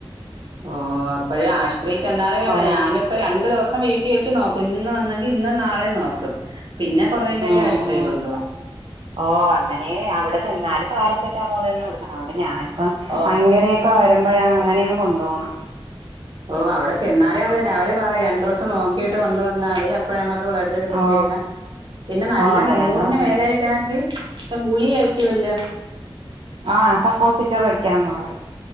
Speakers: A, on the right; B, on the right.
A: ഓ അപ്പോഴും ആശ്രയിച്ചെന്നാലും കേട്ടാ
B: ഓ
A: ഞാനും ഇപ്പ രണ്ടു ദിവസം ൻ വീട്ടിൽ വെച്ച് നോക്കും ഇന്ന് വന്നെങ്കിൽ ഇന്ന് നാളെ നോക്കും പിന്നെ കുറയില്ലെങ്കിൽ
B: ഉം
A: ആശുപത്രിൊക്കെണ്ടോകും
B: ഉം ഓ അങ്ങനെ അവിടെ ചെന്നാല പാരസെറ്റാമോൾ തന്നെ കൊടുക്കണോണ്ട് ഞാൻ ഇപ്പ
A: ഓ
B: ഭയങ്കരൊക്കെ വരം അഴ അങ്ങനെയാണ് കൊണ്ടു പോണം
A: ഓ അവിടെ ചെന്നാലേ അത് തന്നെ അവര് പറയാം രണ്ടു ദിവസം നോക്കിട്ട് കൊണ്ടുവന്നാൽ മതി അപ്പോഴ നമ്മുക്ക് ബ്ലഡ് ടെസ്റ്റ്
B: ഓ
A: ചെയ്യ പിന്നെ നല്ല
B: ഓ അങ്ങനെ
A: നൂറി
B: തന്നെ പറയുന്ന
A: മേല ണമെങ്കിൽ ഗുളിയിക്കുവല്ലോ
B: ആഹ് സപ്പോസിറ്റർ വയ്ക്കാന്ന് പറയും